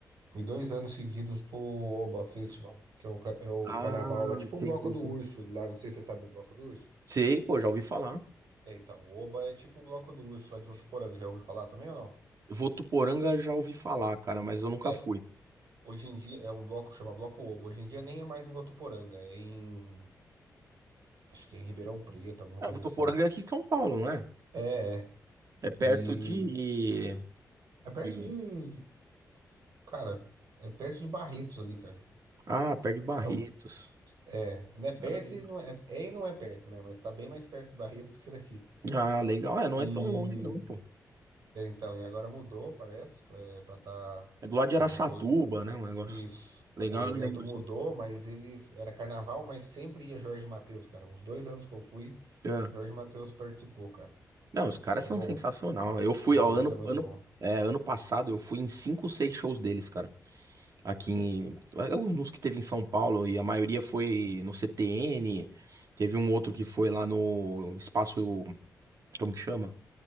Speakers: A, on the right; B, on the right.
A: fui dois anos seguidos pro Oba Festival, que é o, ca- é o
B: Ah,
A: carnaval lá, tipo um
B: sei,
A: bloco
B: sei,
A: do
B: sei.
A: urso lá, não sei se você sabe o bloco do urso.
B: Sei, pô, já ouvi falar.
A: É, então, o Oba é tipo o bloco do urso lá de Votuporanga, já ouviu falar também ou não?
B: Votuporanga já ouvi falar, cara, mas eu nunca
A: É,
B: fui.
A: hoje em dia é um bloco, chama Bloco Oba, hoje em dia nem é mais em Votuporanga, é em, acho que é em Ribeirão Preto, alguma
B: Ah,
A: coisa
B: Votuporanga
A: assim.
B: é aqui em São Paulo, não é?
A: É, é.
B: É perto
A: E
B: de,
A: é perto
B: de...
A: de, de Cara, é perto de Barretos ali, cara.
B: Ah, perto de Barretos.
A: É, um- é, não é perto
B: Ah,
A: e não é, é e não é perto, né? Mas tá bem mais perto de Barretos <laughs> do que daqui.
B: Ah, legal. É, não
A: E
B: é tão longe não, pô.
A: é, então, e agora mudou, parece, foi, é, pra tá
B: É do lado de
A: o,
B: Araçatuba,
A: e- o-
B: né, o negócio.
A: isso.
B: Legal,
A: O evento
B: eu lembro,
A: mudou,
B: sim.
A: mas eles era carnaval, mas sempre ia Jorge Mateus, cara. Os dois anos que eu fui,
B: É.
A: Jorge Mateus participou, cara.
B: Não, os caras
A: É
B: são
A: bom.
B: sensacional.
A: O show
B: Eu fui, ó,
A: deles
B: ano,
A: é muito
B: ano,
A: bom.
B: é, ano passado eu fui em cinco, seis shows deles, cara. Aqui, em- eu- que teve em São Paulo, e a maioria foi no CTN. Teve um outro que foi lá no espaço, como que chama?